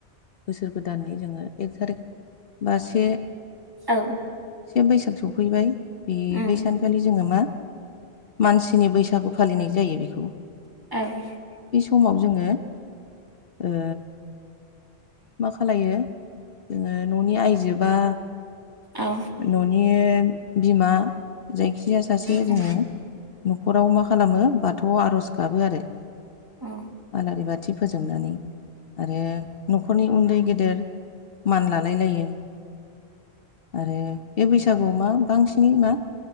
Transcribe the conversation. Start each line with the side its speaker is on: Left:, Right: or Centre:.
Left: बोसोर गोदाननि जोङो एक थारिक बा से
Right: औ
Left: से बैसाग सफैबाय बे
Right: उम
Left: बै सान खालि जोङो मा मानसिनि बैसागु फालिनाय जायो बेखौ
Right: <unintelligible>
Left: बे समाव जोङो ओ मा खालायो जोङो न'नि आयजो बा
Right: औ
Left: न'नि बिमा जायखिजाया सासे
Right: उम
Left: जोङो न'खराव मा खालामो बाथौ आर'ज गाबो आरो
Right: औ
Left: आलारि बाथि फोजोंनानै आरो न'खरनि उन्दै गेदेर मान लालाय लायो आरो बे बैसागुआव मा बांसिनै मा